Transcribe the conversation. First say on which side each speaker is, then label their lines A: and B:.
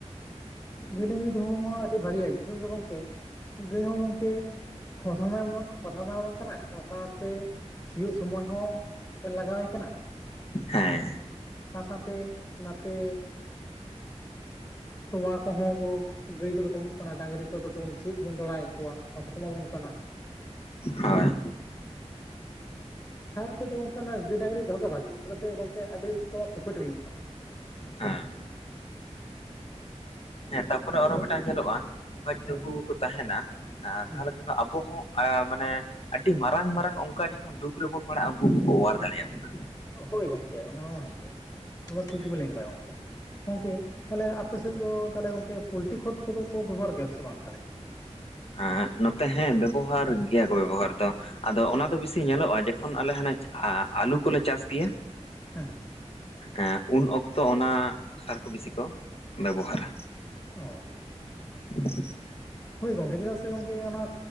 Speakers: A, on the left; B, on the left.
A: ᱜᱟᱹᱭ ᱰᱟᱹᱝᱨᱤ ᱫᱚᱦᱚ ᱦᱚᱸ ᱟᱹᱰᱤ ᱵᱷᱟᱜᱮ ᱪᱮᱫᱟᱜ ᱥᱮ ᱜᱚᱢᱠᱮ ᱜᱟᱹᱭ ᱦᱚᱸ ᱜᱚᱢᱠᱮᱼᱼ ᱠᱷᱚᱛᱚᱢᱮ ᱠᱷᱚᱛᱚᱢᱮ ᱵᱟᱝ ᱠᱟᱱᱟ ᱥᱟᱶ ᱥᱟᱶ ᱛᱮ ᱥᱤᱭᱳᱜ ᱥᱚᱢᱚᱭ ᱦᱚᱸ ᱵᱮ ᱞᱟᱜᱟ ᱣᱭᱟᱭ ᱠᱟᱱᱟ᱾
B: ᱦᱮᱸᱻ
A: ᱥᱟᱶ ᱥᱟᱶ ᱛᱮ ᱱᱟᱛᱮ ᱛᱚᱣᱟ ᱠᱚᱦᱚᱸ ᱜᱟᱹᱭ ᱠᱚᱫᱚ ᱠᱚ ᱩᱢᱩᱜ ᱠᱟᱱᱟ ᱰᱟᱝᱨᱤ ᱠᱚᱫᱚ ᱠᱚ ᱥᱤᱭᱚᱜ ᱠᱚᱵᱚᱱ ᱡᱚᱲᱟᱭᱮᱜ ᱠᱚᱣᱟ ᱦᱚᱛᱚ ᱠᱚ ᱮᱢᱟᱵᱚᱱ ᱠᱟᱱᱟ᱾
B: ᱦᱟᱸᱭ
A: ᱥᱟᱦᱟᱨ ᱠᱷᱚᱡ ᱫᱚ ᱜᱚᱝᱠᱮ ᱚᱱᱟ ᱜᱟᱹᱭ ᱰᱟᱝᱨᱤ ᱫᱚᱦᱚ ᱵᱷᱟᱜᱮᱭᱟ ᱪᱮᱫᱟᱜ ᱥᱮ ᱜᱚᱝᱠᱮ ᱟᱹᱰᱤ ᱨᱚᱠᱚᱢᱟᱜ ᱯᱨᱚᱯᱷᱤᱴ ᱦᱩᱭᱩᱜ ᱠᱟᱱᱟ᱾
B: ᱦᱮᱸᱻ ᱦᱮᱸ ᱛᱟᱯᱚᱨᱮ ᱚᱨᱚ
A: ᱩᱱᱟᱹᱜ
B: ᱢᱤᱫᱴᱟᱝ ᱧᱮᱞᱚᱜᱼᱟ ᱚᱱᱠᱟ ᱡᱚᱫᱤ
A: ᱦᱮᱸ
B: ᱠᱩ ᱠᱚ ᱛᱟᱦᱮᱱᱟ᱾ ᱟᱨ
A: ᱦᱮᱸ
B: ᱛᱟᱦᱞᱮ ᱠᱷᱟᱱ ᱫᱚ ᱟᱵᱚ ᱦᱚᱸ ᱟᱸ ᱢᱟᱱᱮ ᱟᱹᱰᱤ ᱢᱟᱨᱟᱝ ᱢᱟᱨᱟᱝ ᱚᱝᱠᱟ ᱜᱮ᱾ ᱫᱩᱠ ᱨᱮᱵᱚᱱ ᱯᱟᱲᱟᱜ-ᱟ ᱩᱝᱠᱩ ᱜᱮᱠᱚ ᱚᱣᱟᱨ ᱫᱟᱲᱮᱭᱟᱵᱚᱱᱟ᱾
A: ᱦᱳᱭ ᱜᱚᱢᱴᱝᱠᱮ ᱚᱱᱟ ᱦᱚᱸ ᱦᱮᱸ ᱜᱮ, ᱠᱟᱛᱷᱟ ᱢᱟ ᱴᱷᱤᱠ
B: ᱦᱮᱸ
A: ᱜᱮᱵᱮᱱ ᱞᱟᱹᱭ ᱠᱟᱫᱟ ᱜᱚᱝᱠᱮ᱾ ᱜᱚᱝᱠᱮ ᱛᱟᱦᱞᱮ ᱟᱯᱮ ᱥᱮᱫ ᱫᱚ ᱛᱟᱦᱞᱮ ᱜᱚᱝᱠᱮ ᱯᱳᱞᱴᱤ ᱠᱷᱚᱛ ᱠᱚᱫᱚ ᱠᱚ ᱵᱮᱵᱚᱦᱟᱨ ᱜᱮᱭᱟ ᱯᱮ ᱥᱮ ᱵᱟᱝ ᱛᱟᱦᱞᱮ?
B: ᱟᱸᱜ, ᱱᱚᱛᱮ ᱦᱮᱸ ᱵᱮᱵᱚᱦᱟᱨ ᱜᱮᱭᱟ ᱠᱚ ᱵᱮᱵᱚᱦᱟᱨ ᱫᱚ᱾ ᱟᱫᱚ ᱚᱱᱟ ᱫᱚ ᱵᱮᱴᱤᱥᱤ ᱧᱮᱞᱚᱜ-ᱟ ᱡᱮᱠᱷᱚᱱ ᱟᱞᱮ ᱦᱟᱱᱮ ᱟ-ᱟᱞᱩ ᱠᱚᱞᱮ ᱪᱟᱥ ᱜᱮᱭᱟ᱾
A: ᱦᱩᱸ᱾
B: ᱮᱸᱜ ᱩᱱ ᱚᱠᱛᱚ ᱚᱱᱟ ᱥᱟᱨ ᱠᱚ ᱵᱤᱥᱤ ᱠᱚ ᱵᱮᱵᱚᱦᱟᱨᱟ᱾
A: ᱚ᱾
B: <inaudible>
A: ᱦᱳᱭ ᱜᱚᱝᱠᱮ, ᱪᱮᱫᱟᱜ ᱥᱮ ᱜᱚᱝᱠᱮ, ᱚᱱᱟ